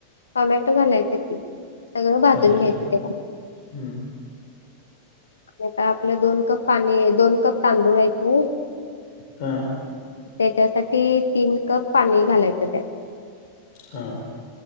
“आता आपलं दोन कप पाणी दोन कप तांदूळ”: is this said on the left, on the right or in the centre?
Left